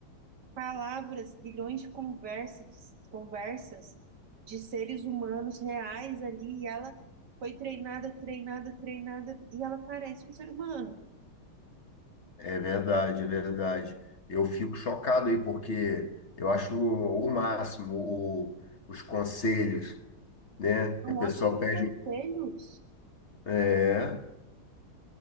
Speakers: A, on the right; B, on the left.
A: palavras, bilhões de conversas, conversas de seres humanos reais ali, e ela foi treinada, treinada, treinada, e ela parece um ser humano.
B: É verdade, é verdade. Eu fico chocado aí, porque eu acho o máximo o- os conselhos, né? Que
A: São
B: a pessoa
A: ótimos
B: pede.
A: conselhos.
B: É.